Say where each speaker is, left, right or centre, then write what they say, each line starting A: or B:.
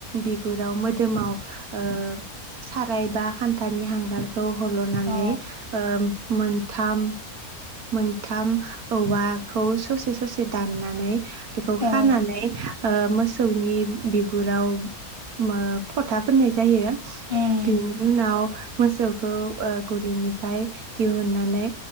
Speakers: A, on the right; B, on the right.
A: बिगुराव मोदोमाव ओ साराय बा खान्थानि हांगार‌ खौ हल'नानै
B: अ
A: ओम मोनथाम मोनथाम औवाखौ ससे ससे दाननानै बेखौ
B: अ
A: खानानै ओ मोसौनि बिगुराव मो फथा फोननाय जायो।
B: उम
A: बिनि उनाव मोसौ खौ ओ गलिनिफ्राय दिहुननानै